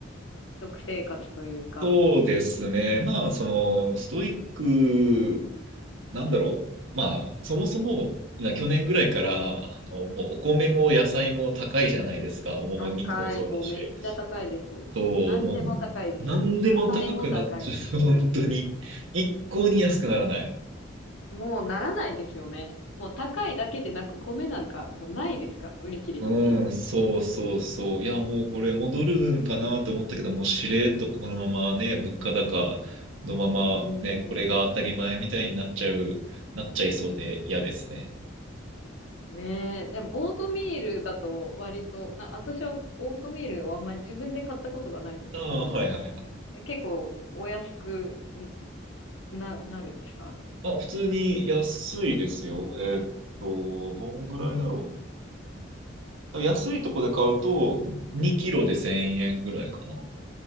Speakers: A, on the left; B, on the right.
A: 食生活というか、
B: そうですね。まあ、その、ストイックなんだろう。まあ、そもそも、な去年ぐらいから、あの、もうお米も野菜も高いじゃないですか。もうお肉もそうだし。
A: 高い、もうめっちゃ高いです。
B: そう、
A: 何でも高いです。
B: もうほん、なんでも高くなっちゃう。
A: 野菜も高い。
B: <laughs> 本当に。
A: うん。
B: 一向に安くならない。
A: もうならないですよね。もう高いだけでなく、米なんかもうないですから、売り切れてて。
B: うん、そうそうそう。いや、もうこれ戻るんかなと思ったけど、もうしれっとこのままね、物価高のままね、
A: うーん。
B: これが当たり前みたいになっちゃう、なっちゃいそうで嫌ですね。
A: ねえ。でも、オートミールだと割と、な、私はオートミールをあんまり自分で買ったことがないんですけど、
B: ああ、はいはいはい。
A: 結構お安くんな、なるんですか
B: あ、普通に安いですよ。えーっと、どんぐらいだろう。多分安いとこで買うと、2キロで1000円ぐらいかな。